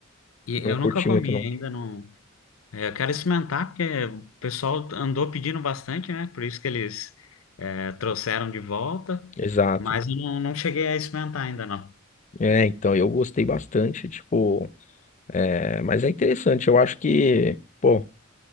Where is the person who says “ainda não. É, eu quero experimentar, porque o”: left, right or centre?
Left